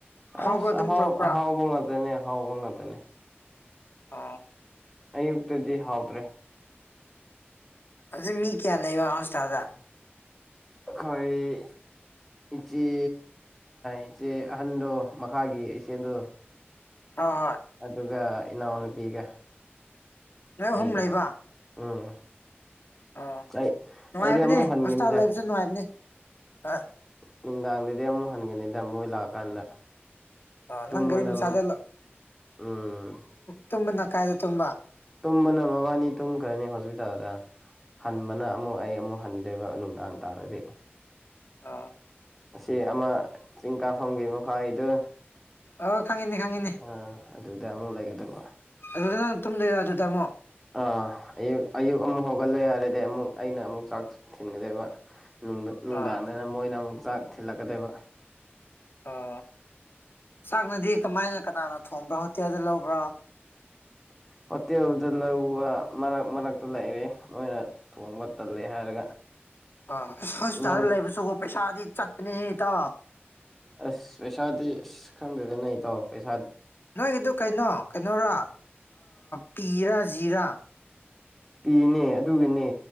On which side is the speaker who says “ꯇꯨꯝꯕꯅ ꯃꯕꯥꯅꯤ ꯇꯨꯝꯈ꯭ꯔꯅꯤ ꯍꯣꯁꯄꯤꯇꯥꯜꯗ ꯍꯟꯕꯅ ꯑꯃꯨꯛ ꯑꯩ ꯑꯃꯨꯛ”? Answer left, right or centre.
Centre